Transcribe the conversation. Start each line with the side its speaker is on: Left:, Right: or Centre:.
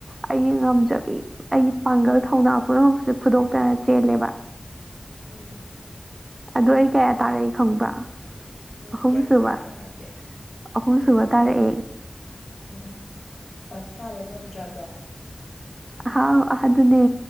Right: ꯑꯩꯒꯤ ꯉꯝꯖꯕꯤ ꯑꯩꯒꯤ ꯄꯥꯡꯒꯜ ꯊꯧꯅꯥ ꯄꯨꯝꯅꯃꯛꯁꯦ ꯐꯨꯗꯣꯛꯇꯅ ꯆꯦꯜꯂꯦꯕ꯫
Left: ꯎꯝ
Right: ꯑꯗꯨ ꯑꯩ ꯀꯌꯥ ꯇꯥꯔꯛꯏ ꯈꯪꯕ꯭ꯔꯥ꯫
Left: ꯎꯝ
Right: ꯑꯍꯨꯝꯁꯨꯕ-ꯑꯍꯨꯝꯁꯨꯕ
Left: ꯀꯌꯥ ꯁꯨꯕ ꯇꯥꯔꯛꯑꯒꯦ
Right: ꯇꯔꯛꯑꯦ꯫
Left: ꯏꯃꯥ ꯐꯥꯔꯁ ꯇꯥꯕ ꯉꯝꯗ꯭ꯔꯕꯣ꯫
Right: ꯑꯍꯥ ꯑꯗꯨꯅꯦ